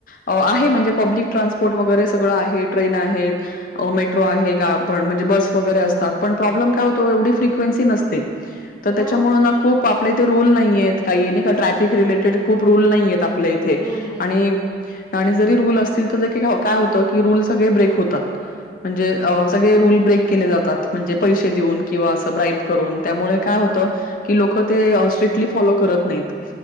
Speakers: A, on the left (about 45°); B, in the centre.
A: आहे म्हणजे पब्लिक ट्रान्सपोर्ट वगैरे सगळं आहे. ट्रेन आहेत, मेट्रो आहे आपण म्हणजे बस वगैरे असतात, पण प्रॉब्लेम काय होतो एवढी फ्रिक्वेन्सी नसते. तर त्याच्यामुळें
B: हा
A: ना खूप आपल्या इथे रूल नाहीयेत काही नाही का ट्रॅफिक रिलेटेड
B: हो
A: खूप रुल
B: ट्रॅफिक
A: नाहीयेत
B: ट्रॅफिक
A: आपल्या इथे.
B: रूल नाही
A: आणि आणि जरी रूल असतील तर काय होतं की रूल सगळे ब्रेक होतात. म्हणजे अ सगळे रूल ब्रेक केले जातात म्हणजे पैसे देऊन किंवा असं ब्राइप करून त्यामुळे काय होतं, की लोक ते स्ट्री <unintelligible> फॉलो करत नाहीत,